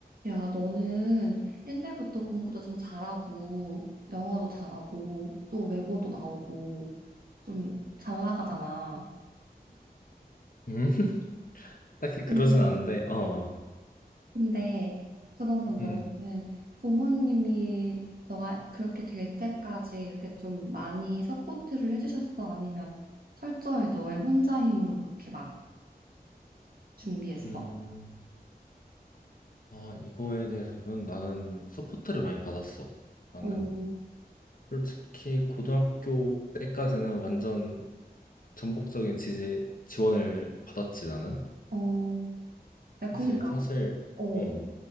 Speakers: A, on the right; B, on the left.
A: 야, 너는 옛날부터 공부도 좀 잘하고, 영어도 잘하고, 또 외고도 나오고, 좀 잘 나가잖아.
B: 음, <laughs> 딱히 그러진
A: 근데
B: 않은데, 어,
A: 근데 그러면 너는
B: 음,
A: 부모님이 너가 그렇게 될 때까지 이렇게 좀 많이 서포트를 해주셨어? 아니면 철저히 너의 혼자 힘으로 그렇게 막 준비했어?
B: 음, 아, 이거에 대해서는 나는 서포트를 많이 받았어. 나는
A: 어,
B: 솔직히 고등학교 때까지는 완전 전폭적인 지지, 지원을 받았지, 나는.
A: 어, 야, 그니까,
B: 이제 사실,
A: 어,
B: 어,